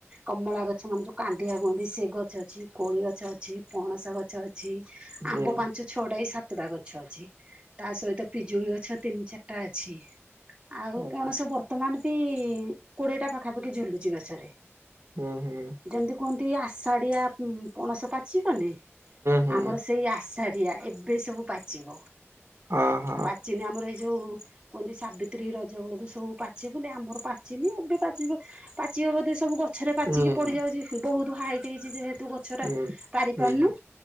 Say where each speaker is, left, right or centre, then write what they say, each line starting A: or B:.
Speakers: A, on the right; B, on the right.
A: କମଳା ଗଛ ମାନେ ଯୋଉ କାଣ୍ଡିିଆ କୁହନ୍ତି, ସେ ଗଛ ଅଛି, କୋଳି ଗଛ ଅଛି, ପଣସ ଗଛ ଅଛି।
B: ହୁଁ
A: ଆମ୍ବ ପାଞ୍ଚ ଛଟା କି ସାତଟା ଗଛ ଅଛି। ତା ସହିତ ପିଜୁଳି ଗଛ ତିନି ଚାରିଟା ଅଛି ଆଉ
B: ହୁଁ
A: ପଣସ ବର୍ତ୍ତ। ତ ମାନ ବି କୋଡେଇଟା ପାଖାପାଖି ଝୁଲୁଚି ଗଛରେ।
B: ହୁଁ
A: ଯେମିତି କୁହନ୍ତି ଆଷାଢଡିଆ ପଣସ ପାଚ କନି
B: ହୁଁ
A: ଆମର ସେଇ। ପାଡ଼ିଆ ଏବେ ସବୁ ପାଚିବ
B: ଅହ
A: ପାଚିନି ଆମର ଏଇ ଯେଉ। କି ସାବିତ୍ରୀ ର। ଯେଳୁ ସବୁ ପାଚ ବୋଲି ଆମର ପାଚିନି ଏବେ ପାଚ ପାଚିବ ବୋଧେ ସବୁ ଗଛ। ଗଛରେ ପାଚିକି
B: ହୁଁ
A: ପଡି
B: ହୁଁ
A: ଯାଉଛି ବହୁତ ହାଇଟ୍ ହେଇଛି ଯେହେତୁ ଗଛ
B: ହୁଁ।
A: ଟା ପାରି
B: ହୁଁ
A: ପାରୁନୁ।